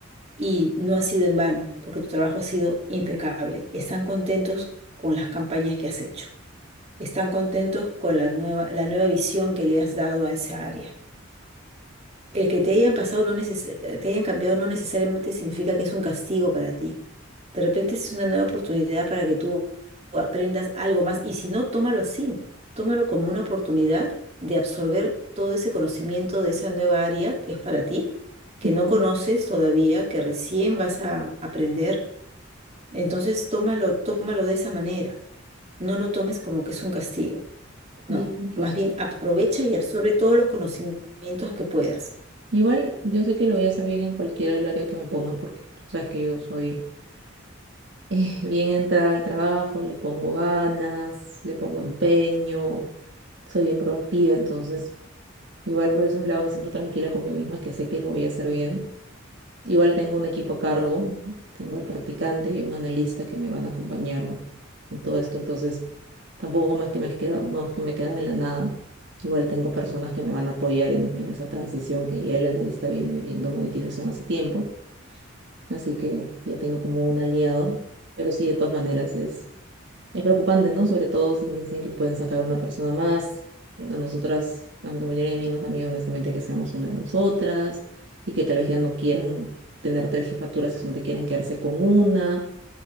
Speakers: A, on the right; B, on the right.
A: y no ha sido en vano porque tu trabajo ha sido impecable. Están contentos con las campañas que has hecho. Están contentos con la nueva, la nueva visión que le has dado a esa área El que te hayan pasado no neces- eh, te hayan cambiado no necesariamente significa que es un castigo para ti. De repente es una nueva oportunidad para que tú aprendas algo más. Y si no, tómalo así. Tómalo como una oportunidad de absorber todo ese conocimiento de esa nueva área que es para ti, que
B: Ujú,
A: no conoces todavía, que recién vas a aprender. Entonces, tómalo, tómalo de esa manera. No lo tomes como que es un castigo. No.
B: sí, tienes
A: Más
B: razón.
A: bien, aprovecha y absorbe todos los conocimientos que puedas.
B: Igual yo sé que lo voy a hacer bien en cualquiera del área que me pongan, porque tú sabes que yo soy <laughs> eh, bien entrada al trabajo, le pongo ganas, le pongo empeño, soy bien proactiva, entonces igual por ese lado me siento tranquila conmigo misma que sé que lo voy a hacer bien Igual tengo un equipo a cargo, tengo al practicante y un analista que me van a acompañar en todo esto, entonces tampoco como es que me he quedado, no es que me he quedado en la nada. Igual tengo personas que me van a apoyar en, en esa transición que ya el analista viene viendo monetización hace tiempo, así que ya tengo como un aliado, pero sí, de todas maneras es es preocupante, ¿no? Sobre todo si me dicen que pueden sacar a una persona más. A nosotras, a mi compañera y a mí nos da miedo honestamente que seamos una de nosotras y que tal vez ya no quieran tener tres jefaturas, si te quieran quedarse con una